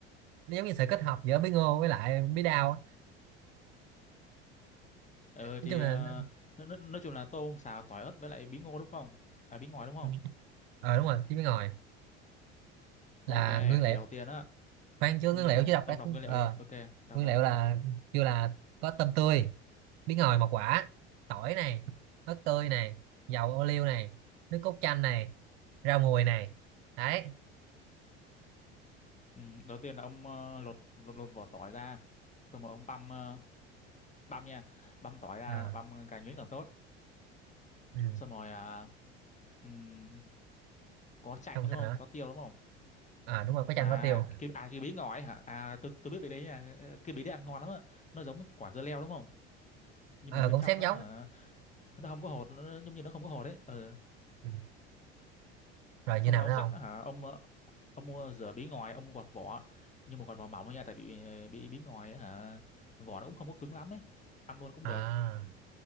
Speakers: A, on the right (about 65°); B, on the left (about 20°).
A: nó giống như sự kết hợp giữa bí ngô với lại bí đao á.
B: ờ
A: nói
B: thì
A: chung
B: ờ,
A: là nó...
B: nó, nó, nói chung là tôm xào tỏi ớt với lại bí ngô đúng không à bí ngòi đúng không
A: ừ, ờ đúng rồi chứ bí ngòi là
B: ok
A: nguyên
B: thì
A: liệu
B: đầu tiên á
A: khoan chưa
B: nguyên
A: nguyên
B: liệu
A: liệu chưa đọc
B: ông
A: đã
B: đọc nguyên liệu
A: ờ
B: đi ok đọc
A: nguyên
B: đọc
A: liệu là kêu là có tôm tươi bí ngòi một quả tỏi này ớt tươi này dầu ô liu này nước cốt chanh này rau mùi này đấy
B: ừ, đầu tiên là ông ờ, lột lột lột vỏ tỏi ra xong rồi mà ông băm ờ, băm nha băm tỏi ra
A: ờ
B: băm càng nhuyễn càng tốt
A: ừ.
B: xong rồi à, ừm, có chanh
A: không
B: đúng
A: sao
B: không
A: nữa
B: có tiêu đúng không
A: à đúng rồi có
B: à
A: chanh có tiêu
B: cái à cái bí ngò ấy hả à tôi tôi biết bí đấy nha Ờ, cái bí đấy ăn ngon lắm á nó giống quả dưa leo đúng không nhưng
A: ờ
B: mà bên
A: cũng
B: trong
A: xém
B: nó
A: giống
B: hả nó không có hột nó nó- giống như nó không có hột đấy ừ.
A: Ừ. rồi như
B: xong
A: nào
B: rồi ông
A: nữa
B: sắt
A: không
B: hả ông ờ, ông mua rửa bí ngòi ông gọt vỏ nhưng mà gọt vỏ mỏng thôi nha tại vì ờ, bí bí ngòi ấy, hả vỏ nó cũng không có cứng lắm ấy ăn luôn cũng
A: à
B: được